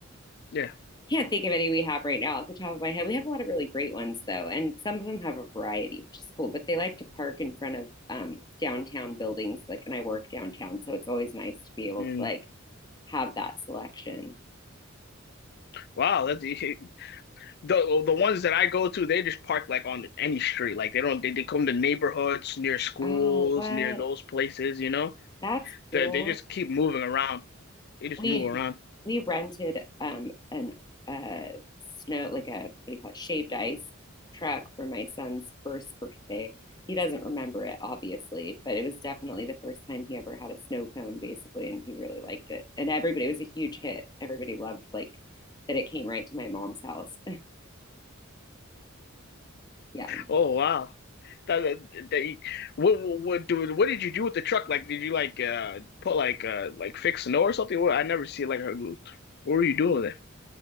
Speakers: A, on the left; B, on the left.
A: Yeah.
B: can't think of any we have right now off the top of my head. We have a lot of really great ones though, and some of them have a variety, which is cool. But they like to park in front of um, downtown buildings, like, and I work downtown, so it's always nice to be able
A: Mm.
B: to like have that selection.
A: Wow, that <laughs> the the ones that I go to, they just park like on any street. Like they don't they, they come to neighborhoods near schools,
B: Oh, what?
A: near those places, you know?
B: That's cool.
A: They, they just keep moving around. They just
B: We
A: move around.
B: we rented um an uh snow like a what do you call it shaved ice truck for my son's first birthday. He doesn't remember it obviously, but it was definitely the first time he ever had a snow cone basically and he really liked it. And everybody it was a huge hit. Everybody loved like that it came right to my mom's house. <laughs> yeah.
A: Oh wow. That, that, that- what what do what did you do with the truck? Like, did you like uh put like uh like fix snow or something? What I never see like her. What were you doing with it?